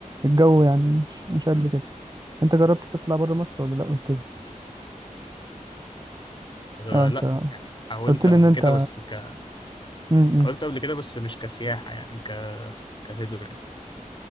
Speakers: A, on the right; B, on the left.
A: الجو يعني مش مش قد كده انت جربت تطلع بره مصر ولا لا قلت لي
B: آه،
A: اه انت
B: لا يعني حاولت
A: قلت لي
B: قبل
A: ان انت
B: كده بس ك
A: امم
B: حاولت قبل كده بس مش كسياحة يعني ك كهجرة يعني